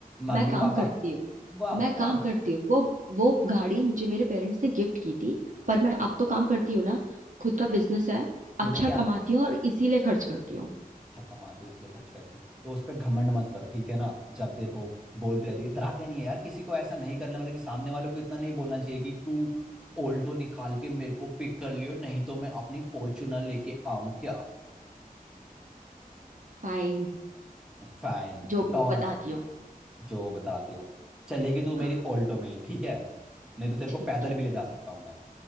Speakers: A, in the centre; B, on the right (about 55°).
A: मम्मी
B: मैं काम
A: पापा
B: करती हूँ
A: वाह
B: मैं
A: हाँ
B: काम करती हूँ वो वो गाड़ी मुझे मेरे पेरेंट्स ने गिफ्ट की थी पर मैं अब तो काम करती हूँ ना खुद का बिजनेस है
A: तूने
B: अच्छा
A: क्या
B: कमाती हूँ और इसीलिए खर्च करती हूँ
A: अच्छा कमाते हो इसलिए खर्च करते हो तो उस पर घमंड मत कर ठीक है ना जब देखो बोलते रहते इतराते नहीं है यार किसी को ऐसा नहीं करने वाला कि सामने वाले को इतना नहीं बोलना चाहिए कि तू ऑल्टो निकाल के मेरे को पिक कर लियो नहीं तो मैं अपनी फॉर्च्यूनर लेके आऊं क्या
B: फाइन
A: फाइन
B: जो भी
A: टॉन
B: हो बताती हूँ
A: जो बता दियो चलेगी तू
B: हाँ
A: मेरी ऑल्टो में ही ठीक है नहीं तो तेरे
B: ठीक
A: को पैदल
B: है
A: भी ले जा सकता हूँ मैं